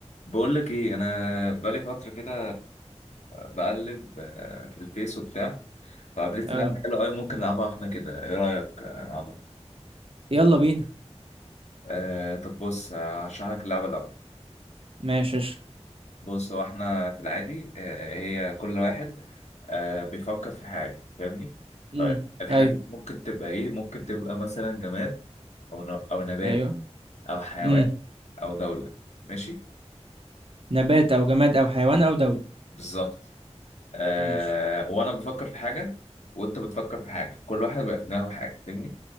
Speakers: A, on the left; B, on the right.
A: بقول لك ايه انا بقالي فتره كده بقلب آه، في الفيس وبتاع فقابلت
B: آه.
A: لعبه حلوه قوي ممكن نلعبها احنا كده ايه رايك آه، نلعبها
B: يلا بينا
A: آه طب بص هشرح لك اللعبه الاول
B: ماشي قشطة.
A: بص هو احنا في العادي آه هي كل واحد آه بيفكر في حاجه فاهمني
B: امم
A: طيب الحاجه
B: ايوه
A: دي ممكن تبقى ايه ممكن تبقى مثلا جماد او ن- او نبات
B: ايوه
A: او حيوان
B: امم
A: او دوله ماشي
B: نبات او جماد او حيوان او دولة
A: بالظبط آه
B: ماشي
A: وانا بفكر في حاجه وانت بتفكر في حاجه كل واحد بقى في دماغه حاجه فاهمني